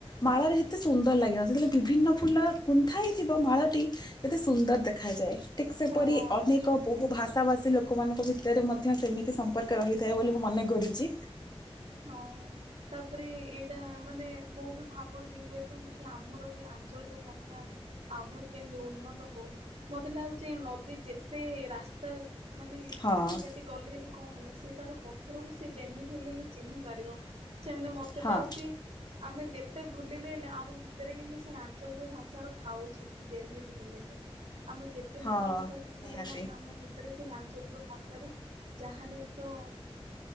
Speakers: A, on the left (about 40°); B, on the right (about 85°).
A: ମାଳରେ ଏତେ ସୁନ୍ଦର ଲାଗେନା ସେଥିରେ ବିଭିନ୍ନ ଫୁଲ ଗୁନ୍ଥା ହେଇଥିବ ମାଳଟି କେତେ ସୁନ୍ଦର ଦେଖାଯାଏ। ଠିକ୍ ସେପରି
B: ହଁ
A: ଅନେକ ବହୁ ଭାଷା ଭାଷୀ ଲୋକମାନଙ୍କ ଭିତରେ ମଧ୍ୟ ସେମିତି ସମ୍ପର୍କ ରହିଥାଏ ବୋଲି ମୁଁ ମନେ କରୁଛି।
B: ହଁ। ତାପରେ ଏଇଟା ମାନେ ମୁଁ ବି ଭାବୁଛି ହୁଏତ ମଧ୍ୟ ଆମର ବି ଆଞ୍ଚଳିକ ଭାଷା। ଆହୁରି କେମତି ଉନ୍ନତ ହୋଉ ମତେ ଲାଗୁଚି ନଦୀ ଯେତେ ରାସ୍ତା ମାନେ
A: ହଁ
B: କାଟି କାଟି ଗଲେ ହେଲେ କଣ ହେଲା ସେ ତାର ପଥରକୁ ସେ ଯେମିତି ହେଲେ ଲେ ଚିହ୍ନି ପାରିବ ସେମିତ ମତେ
A: ହଁ
B: ଲାଗୁଚି ଆମେ ଯେତେ ଭୁଲିଲେ ହେଲେ ଆମ ଭିତରେ କିନ୍ତୁ ସେ ଆଞ୍ଚଳିକ ଭାଷାର ଥାଉଚି ଯେମିତି ହେଲେ। ଆମେ ଯେତେ
A: ହଁ
B: ନୂଆ ଭାଷା ଶିଖିଲେ
A: ନିହାତି
B: ମଧ୍ୟ ଆମ ଭି ରେ ସେଇ ଆଞ୍ଚଳିକ ଭାଷାରୁ ଯାହା ହେଲେ ତ